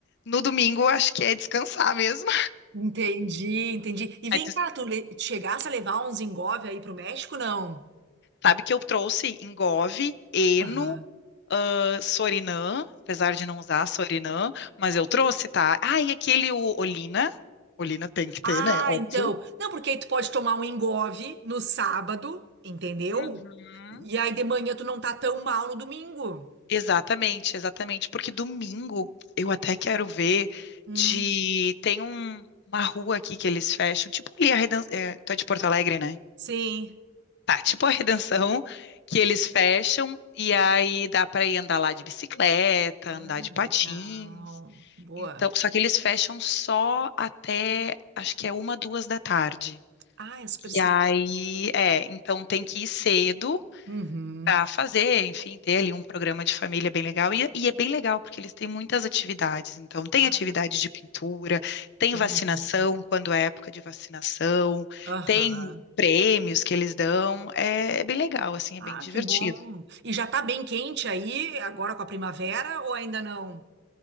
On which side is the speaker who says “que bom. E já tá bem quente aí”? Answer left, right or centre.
Right